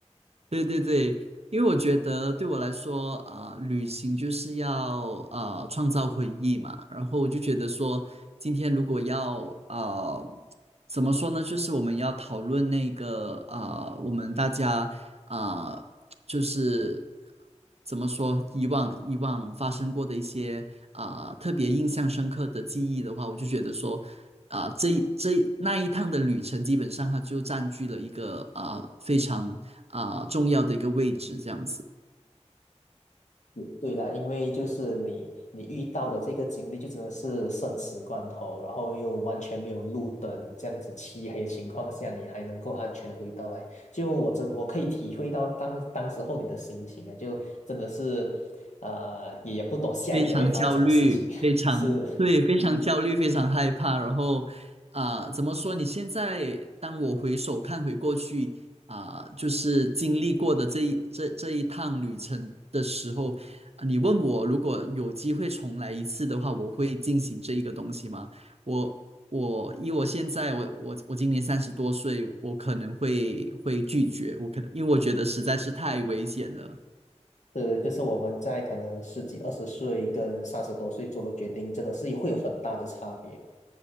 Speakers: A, on the right; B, on the left.
A: 对对对，因为我觉得对我来说啊，旅行就是要啊创造回忆嘛，然后我就觉得说，今天如果要啊怎么说呢，就是我们要讨论那个啊我们大家啊就是怎么说，以往以往发生过的一些啊、特别印象深刻的记忆的话，我就觉得说啊、这这那一趟的旅程，基本上它就占据了一个啊、非常啊、重要的一个位置，这样子。
B: 嗯对啦，因为就是你你遇到的这个经历就真的是生死关头，然后又完全没有路灯，这样子漆黑的情况下，你还能够安全地回到来，就我真我可以体会到当当时候你的心情啊，就真的是呃也也不懂下一秒会发生什么事情，
A: 非常焦虑，非常对，
B: <laughs> 是。
A: 非常焦虑，非常害怕。然后啊、怎么说？你现在当我回首看回过去啊、就是经历过的这一这这一趟旅程的时候，啊你问我如果有机会重来一次的话，我会进行这一个东西吗？我我以我现在我我我今年三十多岁，我可能会会拒绝，我可能因为我觉得实在是太危险了。
B: 是，就是我们在可能十几、二十岁跟三十多岁做的决定，真的是会有很大的差别。